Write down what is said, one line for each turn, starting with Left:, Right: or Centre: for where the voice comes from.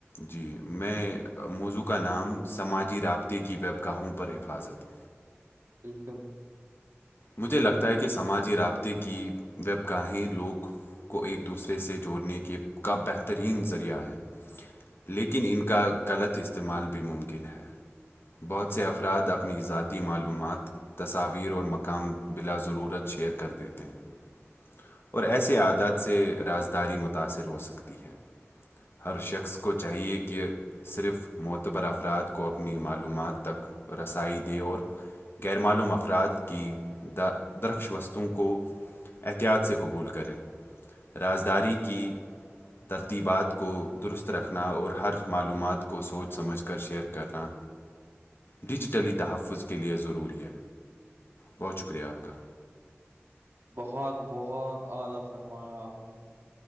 Left: جی میں موضوع کا نام سماجی رابطے کی ویب کا ہوں پر حفاظت <inaudible>
Right: بالکل
Left: مجھے لگتا ہے کہ سماجی رابطے کی و <unintelligible> گاہیں لوگ کو ایک دوسرے سے جوڑنے کی کا بہترین ذریعہ ہے <unintelligible> لیکن ان کا غلط استعمال بھی ممکن ہے بہت سے افراد اپنی ذاتی ت معلومات تصاویر اور مقام بلا ضرورت شیئر کر دیتے ہیں <unintelligible> اور ایسے عادات سے رازداری متاثر ہو سکتی ہے <unintelligible> ہر شخص کو چاہیے کہ صرف معتبر افراد کو اپنی معلومات تک رسائی دے اور غیر معلوم افراد کی درخش وستو کو احتیاط سے قبول کرے رازداری کی ترتیبات کو درست رکھنا اور ہر معلومات کو سوچ سمجھ کر شیئر کرنا ڈیجیٹلی تحفظ کے لیئے ضروری ہے بہت شکریہ آپ کا
Right: بہت بہت آدا فرمایا آپ نے